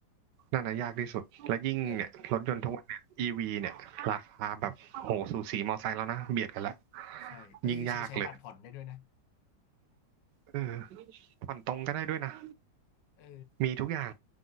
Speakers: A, on the right (about 75°); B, on the left (about 80°).
A: นั่นนะยากที่สุดแล้วยิ่งเนี่ยรถยนต์ทุกวันเนี่ย
B: เออ
A: EV เนี่ยราคาแบบโหสูสีมอไซค์แล้วนะเบียดกันละ
B: ใช่เอ้ยใช้ใช้บัตรผ่อนได้ด้วยนะ
A: ยิ่งยากเลยเออผ่อนตรงก็ได้ด้วยนะ
B: เออ
A: มีทุกอย่าง